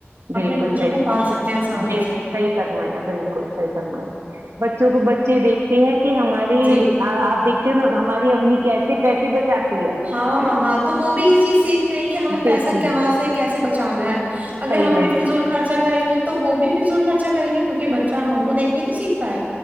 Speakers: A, on the right (about 85°); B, on the right (about 35°).
A: بالکل
B: اپنے بچوں
A: صحیح
B: کو پال سکتے ہیں آسانی
A: بال
B: سے
A: صحیح فرمایا بالکل صحیح فرمایا بچوں کو بچے دیکھتے ہیں کہ ہماری
B: جی
A: آپ دیکھتی ہونا ہماری امی کیسے پیسے بچاتی ہے
B: ہاں ہاں ہاں تو وہ بھی یہ چیز سیکھتے ہیں کہ ہمیں پیسہ
A: دیکھتی
B: کہاں سے کیسے بچانا چانا ہے اگر
A: صحیح
B: ہم بھی
A: میں
B: فضول خرچہ کریں گے تو تو وہ بھی فضول خرچہ کریں گے کیونکہ بچہ ہم کو دیکھ کے تو سیکھ ہاں